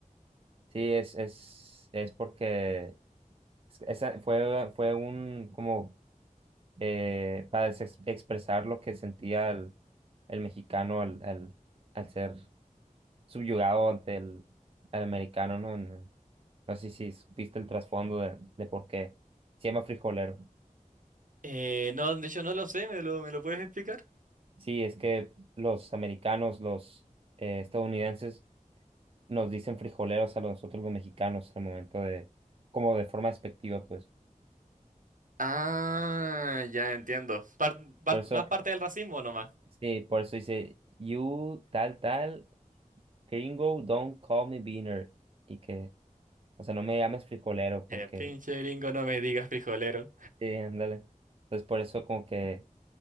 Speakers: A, on the right; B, on the right.
A: sí, es, es, es porque es- esa fue, fue un, como, eh, para ex- expresar lo que sentía el, el mexicano al, al, al ser subyugado ante el, al americano, ¿no? No sé si supiste el trasfondo de, de por qué. Se llama frijolero.
B: Eh, no, de hecho no lo sé, ¿me lo, me lo puedes explicar?
A: Sí, es que los americanos, los eh, estadounidenses, nos dicen frijoleros a nosotros los mexicanos al momento de, como de forma despectiva, pues.
B: Ah, ya entiendo. Par- par-
A: Por eso,
B: más parte del racismo nomás.
A: sí, por eso dice, you tal tal, gringo, don't call me beaner. Y que, o sea, no me llames frijolero porque,
B: Eh, pinche gringo, no me digas frijolero.
A: sí, ándale. Entonces, por eso como que